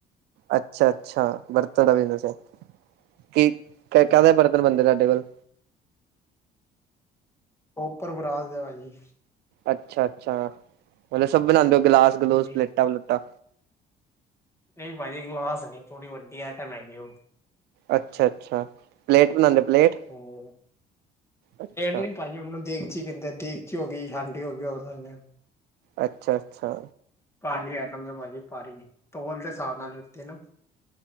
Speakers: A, on the right; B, on the left.
A: ਅੱਛਾ -ਅੱਛਾ ਬਰਤਨ ਦਾ ਬਿਜਨਸ ਹੈ ਕੀ
B: ਹਾਂ,
A: ਕਾਹਦੇ ਬਰਤਨ ਬਣਦੇ ਤੁਹਾਡੇ ਕੋਲ
B: ਕੋਪਰ ਬਰਾਸ ਦੇ ਭਾਜੀ
A: ਅੱਛਾ ਅੱਛਾ ਮਤਲਬ ਸਭ ਬਣਾਉਂਦੇ ਹੋ ਗਲਾਸ
B: ਭਾਜੀ
A: ਗਲੂਸ ਪਲੇਟਾਂ ਪਲੂਟਾਂ
B: ਨਹੀਂ ਭਾਜੀ ਗਲਾਸ ਨਹੀਂ ਥੋੜੀ ਵੱਡੀ ਆਈਟਮ ਹੇਗੀ ਐ
A: ਅੱਛਾ ਅੱਛਾ ਪਲੇਟ ਬਣਾਉਂਦੇ ਪਲੇਟ
B: ਹੋਰ
A: ਅੱਛਾ
B: ਨੀ ਭਾਜੀ ਉਹਨੂੰ ਦੇਗਚੀ ਕਹਿੰਦੇ ਦੇਗਚੀ ਹੋ ਗਈ ਹਾਂਡੀ ਹੋ ਗਈ ਉਹ ਬਣਾਉਦੇ
A: ਅੱਛਾ ਅੱਛਾ
B: ਭਾਰੀ ਐਟਮ ਭਾਜੀ ਭਾਰੀ ਤੋਲ ਦੇ ਹਿਸਾਬ ਨਾਲ ਤੇ <unintelligible>